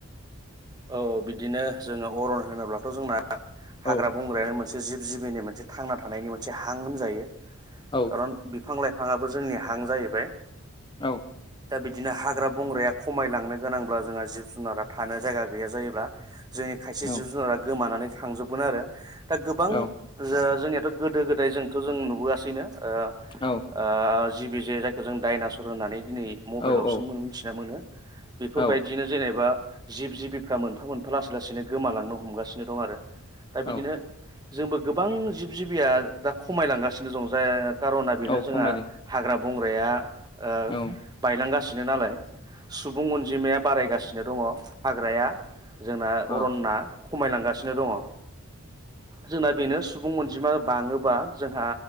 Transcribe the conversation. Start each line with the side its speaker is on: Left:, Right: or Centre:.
Right: औ - औ बिदिनो जोङो अरन होनोब्लाथ' जोंना
Left: औ
Right: हाग्रा- बंग्रायानो मोनसे जिब- जिबिनि मोनसे थांना थानायनि मोनसे हां होनजायो।
Left: औ
Right: खारन बिफां - लाइफाङाबो जोंनि हां जाहैबाय।
Left: औ।
Right: दा बिदिनो हाग्रा- बंग्राया खमायलांनो गोनांब्ला जोंहा जिब- जुनारा थानो जायगा गैया जायोब्ला जोंनि खायसे
Left: औ
Right: जिब -जुनारा गोमानानै थांजोबगोन आरो दा गोबां
Left: औ
Right: जे जोंनियाथ' गोदो- गोदाय जोंथ' जों नुबोआसैनो ओं
Left: औ
Right: ओं जिबि जे जायखौ जों डाइनासर होननानै दिनै मबाइलावसो
Left: औ
Right: मोनथिना मोनो। बेफोरबायदिनो
Left: औ
Right: जेनेबा जिब - जिबिफ्रा मोनफा मोनफा लासै लासैनो गोमालांनो हमगासिनो दं आरो दा
Left: औ
Right: बिदिनो जोंबो गोबां जिब -जिबिया दा खमायलांगासिनो दं जाय कार'ना बेनो
Left: औ
Right: जोंहा
Left: खमायदों
Right: हाग्रा बंग्राया ओं
Left: औ
Right: बायलांगासिनो नालाय। सुबुं अनजिमाया बारायगासिनो दङ हाग्राया जोंना
Left: अ
Right: अरन्ना। खमायलांगासिनो दङ। जोंना बेनो सुबुं अनजिमा बाङोबा जोंहा